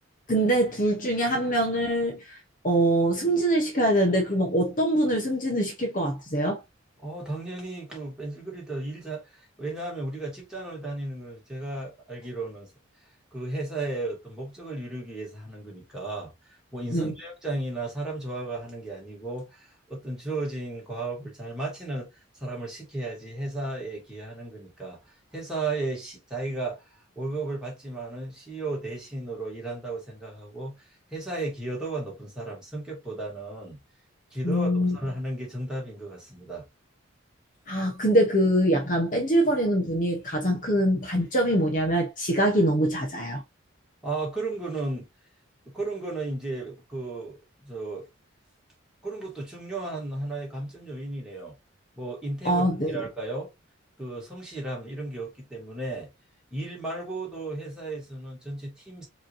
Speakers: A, on the left (about 40°); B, in the centre.
A: 근데 둘 중에 한 명을 어, 승진을 시켜야 되는데 그러면 어떤 분을 승진을 시킬 것 같으세요?
B: 어, 당연히 그 벤질그리더 일자 왜냐하면 우리가 직장을 다니는 건 제가 알기로는 사- 그 회사의 어떤 목적을 이루기 위해서 하는 거니까 뭐 인성
A: 네.
B: 음. 교육장이나 사람 조화가 하는 게 아니고 어떤 주어진 과업을 잘 마치는 사람을 시켜야지 회사에 기여하는 거니까 회사에 시, 자기가 월급을 받지만은 CEO 대신으로 일한다고 생각하고 회사의 기여도가 높은 사람 성격보다는 기여도가
A: 음,
B: 높은 사람을 하는 게 정답인 것 같습니다.
A: 아, 근데 그 약간 뺀질거리는 분이 가장 큰 단점이 뭐냐면 지각이 너무 잦아요.
B: 아, 그런 거는, 그런 거는 이제 그, 저, 그런 것도 중요한 하나의 감점 요인이네요. 뭐 인테그리티랄까요?
A: 아, 네
B: 그 성실함 이런 게 없기 때문에 일 말고도 회사에서는 전체 팀